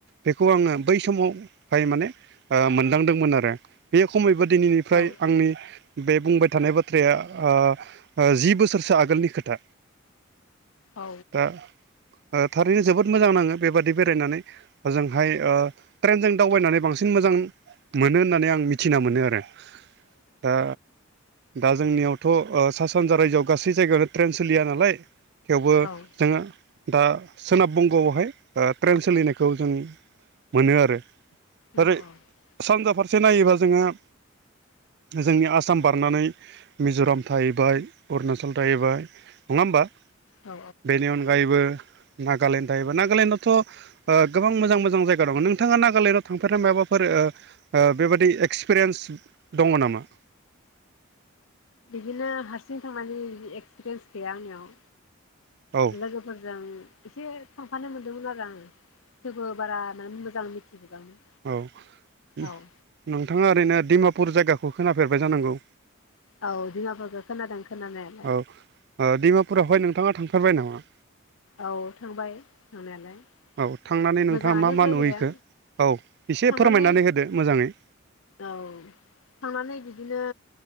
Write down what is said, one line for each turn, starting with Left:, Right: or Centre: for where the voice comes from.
Right: बेखौ आङो बै समावहाय माने ओ मोनदांदोंमोन आरो बे खमैबो दिनैनि फ्राय
Left: औ
Right: आंनि बे बुंबाय थानाय बाथ्राया ओ ओ जि बो सोरसो आगोलनि खोथा।
Left: औ
Right: दा ओ थारैनो जोबोद मोजां नाङो बेबादि बेरायनानै। ओजोंहाय ओ ट्रेनजों दावबायनानै बांसिन मोजां मोनो होननानै आं मिथिना मोनो आरो। दा दा जोंनियावथ' ओ सा सानजा रायजोआव गासै जायगायावनो ट्रेन सोलिया नालाय थेवबो
Left: औ
Right: जोङो दा सोनाब बंग'आवहाय ट्रेन सोलिनायखौ जों मोनो आरो।
Left: औ
Right: ओरै सानजा फारसे नायोबा जोंहा जोंनि आसाम बारनानै मिज'राम थाहैबाय अरुणाचल थाहैबाय नङा होमबा?
Left: औ
Right: बेनि अनगायैबो नागालेण्ड थाहैबाय नागालेण्डआवथ' ओ गोबां मोजां मोजां जायगा दङ नोंथाङा नागालेण्डआव थांफेरना माबाफोर ओ ओ बेबादि एक्सपिरियेन्स दङ नामा?
Left: बिदिनो हारसिं थांनायनि एक्सपिरियेन्स गैया आंनियाव
Right: औ
Left: लोगोफोरजों एसे थांफानो मोनदोंमोन आरो आं थेवबो बारा माने मोजां मिथिजोबामोन
Right: औ
Left: औ
Right: नोंथाङा ओरैनो दिमापुर जायगाखौ खोनाफेरबाय जानांगौ।
Left: औ दिमापुरखौ खोनादों खोनानाया।
Right: औ ओ डिमापुरावहाय नोंथाङा थांफेरबाय नामा?
Left: औ थांबाय थांनायालाय।
Right: औ थांनानै नोंथाङा
Left: मोजाङानो
Right: मा मा
Left: जायगाया
Right: नुहैखो? औ एसे
Left: थांनानै
Right: फोरमायनानै होदो मोजाङै।
Left: औ थांनानै बिदिनो